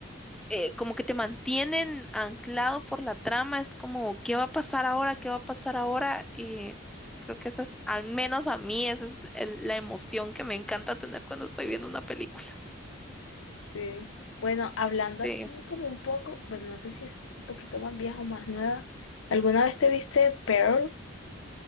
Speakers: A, in the centre; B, on the left.
A: eh, como que te mantienen anclado por la trama, es como, ¿qué va a pasar ahora? ¿Qué va a pasar ahora? Y creo que esa es, al menos a mí, esa es el- la emoción que me encanta tener cuando estoy viendo una película.
B: Sí. Bueno, hablando
A: Sí,
B: así como un poco, pues no sé si es un poquito más vieja o más nueva. ¿Alguna vez te viste Pearl?